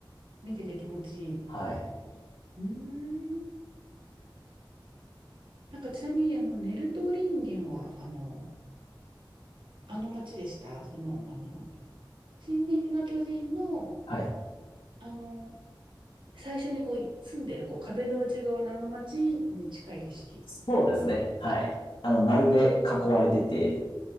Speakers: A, on the right; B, on the left.
A: 見てて気持ちいい。
B: はい。
A: うーん。なんか、ちなみに、あの、ネルトリンゲンは、あの、あの街でした。その、あの、進撃の巨人の、
B: はい。
A: あの、最初にこう、住んでる、こう、壁の内側のあの街に近い景色。
B: そうですね。はい。あの、丸で囲われてて、
A: え、